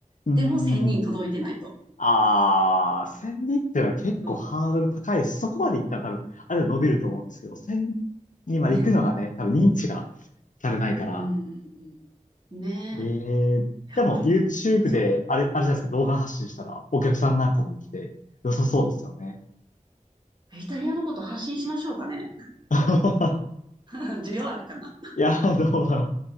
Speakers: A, on the left; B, on the right.
A: うーん。
B: でも1000人届いてないと。
A: ああ、1000人っていうのは結構ハードル高いです。
B: そ
A: そこまで行ったら多分、あれは伸びると思うんですけど、1000人まで行くのがね、
B: う。ね。
A: 多分認知がされないから。
B: うんうんうん。ねえ。
A: ええでも
B: やっぱ、
A: YouTube
B: うんそう。
A: で、あれ、あれじゃないですか、動画発信したらお客さんなんかも来て、良さそうですよね。
B: イタリアのこと発信しましょうかね。
A: <laughs>
B: <laughs> 需要あるかな。
A: いや、どうだろ